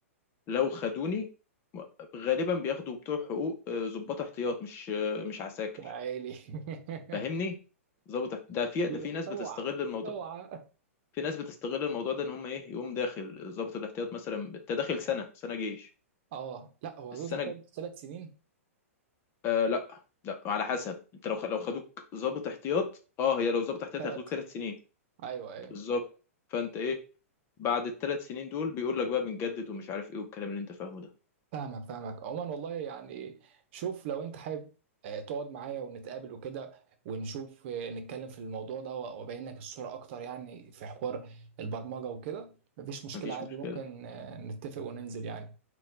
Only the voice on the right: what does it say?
يا عيني <laughs>
لا،
اوعى
اوعى
اه لا هو
زود تحتها
ثلاث سنين
ثلاث
ايوه ايوه
فاهمك فاهمك عموما والله يعني شوف لو انت حابب آه، تقعد معايا ونتقابل وكده ونشوف آه، نتكلم في الموضوع ده و- وابين لك الصورة اكتر يعني في حوار البرمجة وكده مفيش مشكلة
عادي
ممكن آه، نتفق وننزل يعني